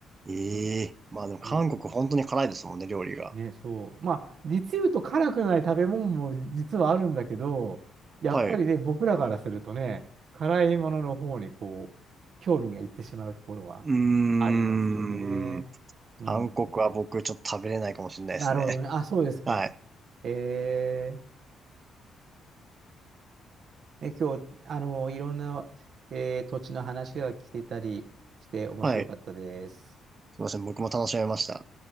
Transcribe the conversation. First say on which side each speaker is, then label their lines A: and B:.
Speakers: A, on the right; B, on the right.
A: ええまあでも韓国本当に辛いですもんね、
B: うん、ねえ
A: 料理が。
B: ね、そう。まあ、実言うと辛くない食べ物も実はあるんだけど、やっぱりね、
A: はい。う
B: 僕らからするとね、辛いものの方にこう、興味がいってしまうところは
A: ーん。
B: ありますよね。うん。
A: 韓国は僕ちょっと食べれないかもしれないですね。
B: なるほどね。
A: <laughs>
B: あ、そうですか。
A: はい。
B: えー、ね、今日、あの、いろんな、えー土地の話が来てたりして面白かったです。
A: はい。すいません、僕も楽しめました。